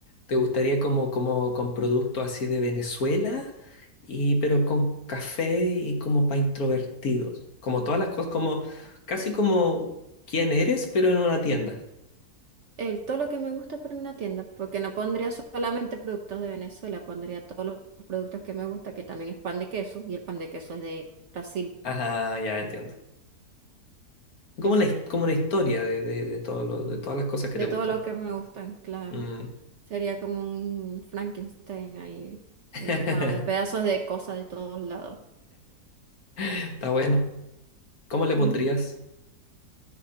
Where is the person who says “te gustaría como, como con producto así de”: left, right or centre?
Left